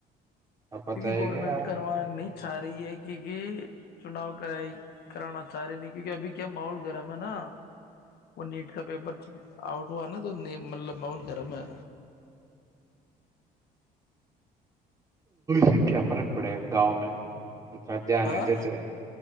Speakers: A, on the right; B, on the left.
A: اب پت
B: کیونکہ
A: ہے
B: گورنمنٹ
A: کیا
B: کروا نہیں چا رہی ہے کیونکہ چناؤ کرائی کرانا چاہ رہی نہیں کیونکہ ابھی کیا ماحول گرم ہے نا وہ نیٹ کا پیپر آؤٹ ہوا نا تو مطلب ماحول گرم ہے
A: سے کیا فرق پڑے گاؤں میں اا دھیان
B: ہاں
A: نہیں دیتے ہے